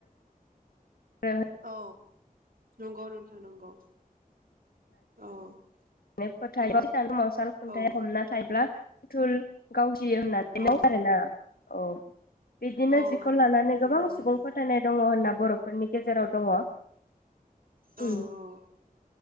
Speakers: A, on the left (about 85°); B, on the right (about 70°).
A: गारो
B: औ नंगौ नोंथां नंगौ औ
A: <unintelligible>
B: औ औ
A: थुल गावसि होननानै
B: औ
A: आरोना औ बिदिनो
B: औ औ
A: जिखौ लानानै
B: नंगौ
A: गोबां
B: नोंथां
A: सुबुं फोथायनाय दङ होनना बरफोरनि गेजेराव दङ
B: औ
A: उम
B: औ